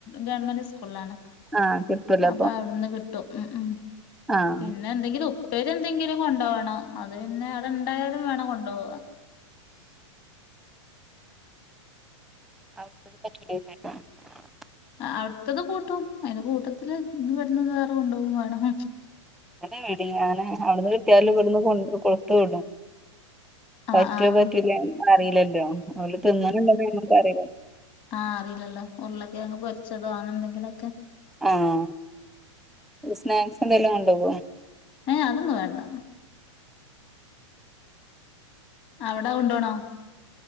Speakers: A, on the left; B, in the centre.
A: ഗവൺമെന്റ് സ്കൂളിലാണ്
B: ആഹ് കിട്ടൂലേ
A: അപ്പൊ അവിടുന്ന് കിട്ടും ഉ ഉം
B: ആഹ്
A: പിന്നെ എന്തെങ്കിലും ഉപ്പര് എന്തെങ്കിലും കൊണ്ടവണം അത് പിന്നെ അവിടെ ഇണ്ടായാലും വേണം കൊണ്ടവാ
B: <unintelligible>
A: അവിടുത്തത് കൂട്ടും അതിന്റെ കൂട്ടത്തില് ഇദ് ഇവിടന്ന്ന്ന് വേറെ കൊണ്ടുപോവും വേണം
B: നാണങ്ങനെ ഞാൻ അവിടുന്ന് കിട്ടിയാലും ഇവിടുന്ന് കൊ കൊടുത്തു വിടും
A: ആഹ്
B: പറ്റോ
A: ആഹ്
B: പറ്റൂല അറിയില്ലല്ലോ ഓല് തിന്നലുണ്ടോ പ്പ നമ്മക് അറിയില്ല
A: ആഅറിയില്ലല്ലോ ഉറളകിഴങ് പൊരിചതും അങ്ങനെ എന്തെങ്കിലൊക്കെ
B: ആഹ് സ്നാക്സ് എന്തെലും കൊണ്ടുവേ
A: ഹെ അതൊന്നും വേണ്ട അവിട കോണ്ടോണോ